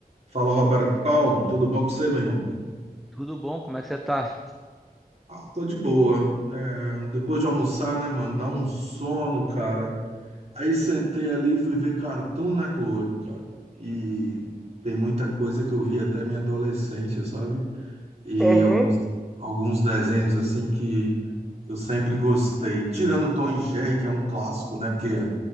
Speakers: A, on the right (about 45°); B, in the centre.
A: Fala, Robert Palm tudo bom com você, meu irmão?
B: Tudo bom? Como é que você tá?
A: Ah, tô de boa. É, depois de almoçar, né, mano? Dá um sono, cara. Aí sentei ali e fui ver Cartoon Network, cara. E tem muita coisa que eu vi até minha adolescência, sabe? E
B: Aham.
A: alguns, alguns desenhos, assim, que eu sempre gostei. Tirando Tom e Jerry, que é um clássico, né? Porque,